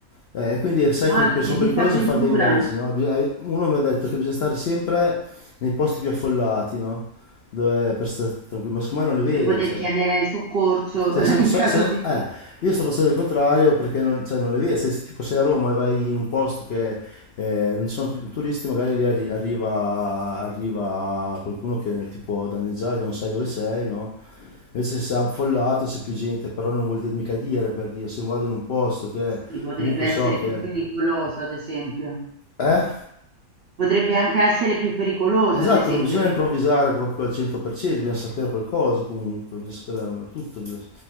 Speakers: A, on the left; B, on the right.
A: Eh, quindi sai
B: ma
A: che per- sono
B: che disavventura
A: pericolose fare dei viaggi, no? Bis- hai- Uno mi ha detto che bisogna stare sempre nei posti più affollati, no? Dove per stare tranquilli, ma secondo me non è vero,
B: per poter
A: cioè.
B: chiedere soccorso
A: Se,
B: <laughs>
A: se non
B: in
A: so-
B: caso
A: se non-
B: di...
A: eh, io sto facendo il contrario perché non, cioè, non è vero. Se, se tipo sei a Roma e vai in un posto che eh, non ci sono turisti, magari lì arri- arriva, arriva qualcuno che ti può danneggiare, che non sai dove sei, no? Invece se è affollato c'è più gente, però non vuol dire mica dire per dire, se vado in un posto che
B: Sì, potrebbe
A: comunque so
B: essere
A: che
B: più pericoloso, ad esempio.
A: eh?
B: Potrebbe anche essere più pericoloso,
A: Esatto,
B: ad esempio.
A: non bisogna
B: Tipo.
A: improvvisare proprio al 100%, bisogna sapere qualcosa comunque, bisogna sapere eh, tutto. bisogna-